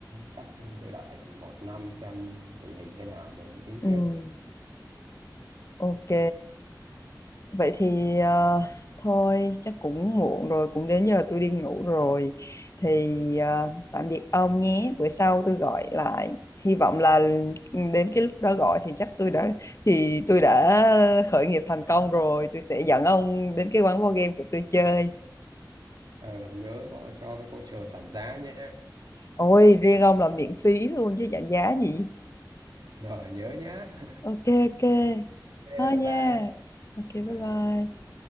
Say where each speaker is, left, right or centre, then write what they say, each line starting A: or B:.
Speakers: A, on the right (about 70°); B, on the left (about 40°).
A: chắc đợi đợi một năm xem tình hình thế nào rồi mới tính
B: ừ,
A: tiếp
B: ok Vậy thì ờ, thôi chắc cũng muộn rồi, cũng đến giờ tôi đi ngủ rồi. Thì ờ, tạm biệt ông nhé. Bữa sau tôi gọi lại. Hy vọng là ừ, đến cái lúc đó gọi thì chắc tôi đã thì tôi đã khởi nghiệp thành công rồi. Tôi sẽ dẫn ông đến cái quán board game của tôi chơi.
A: ờ, nhớ có cho cái voucher giảm giá nhé
B: Ôi, riêng ông là miễn phí luôn chứ giảm giá gì.
A: rồi nhớ nhá <laughs>
B: Ok ok.
A: Thế,
B: Thôi
A: bye
B: nha.
A: bye
B: Ok bye
A: À.
B: bye.